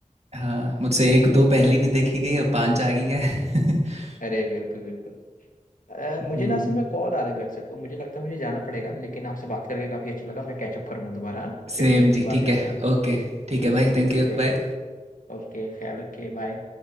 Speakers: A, on the right; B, on the left.
A: हाँ मुझसे एक दो पहली नहीं देखी गई अब पांच आ गई है <laughs>
B: अरे बिल्कुल बिल्कुल अ,
A: हम्म
B: मुझे ना असल में कॉल आ रहा है घर से तो मुझे लगता है मुझे जाना पड़ेगा लेकिन आपसे बात करके काफी अच्छा लगा मैं कैचअप करूंगा दोबारा हाँ?
A: सेम
B: फिर मूवीज
A: जी
B: बात
A: ठीक
B: करेंगे
A: है
B: हम
A: ओके ठीक है भाई थैंक यू
B: चलिए
A: बाय
B: ओके ख्याल रखिए बाय